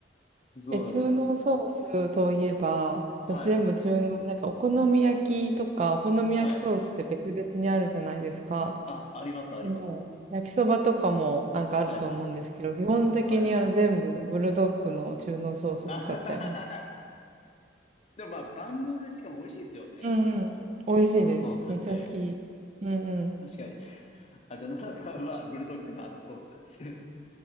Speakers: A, on the left (about 35°); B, on the right (about 40°).
A: そうなんですよ。
B: え、中濃ソースといえば、
A: はい。
B: 私全部中濃、なんかお好み焼きとか、お好み焼きソースって別々にあるじゃないですか。
A: はい。あ、あります、あります。
B: でも、焼きそばとかもなんかあると思うんですけど、
A: はい。
B: 基本的にあの全部ブルドッグの中濃ソース使っちゃいます。
A: はい。<laughs> あははははでもまあ、万能でしかも美味しいですよね、
B: うんうん。
A: 本当あのソースって。
B: 美味しいです。めっちゃ好き。うんうん。
A: 確かに。あ、じゃあ、奈々さんはブルドッグのあのソースなんですね。